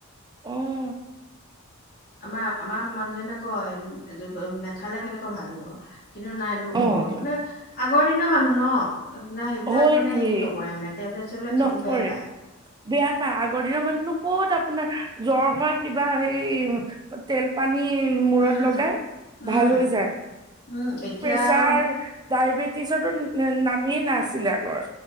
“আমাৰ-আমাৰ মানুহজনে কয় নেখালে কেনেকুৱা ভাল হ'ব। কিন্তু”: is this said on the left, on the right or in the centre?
Left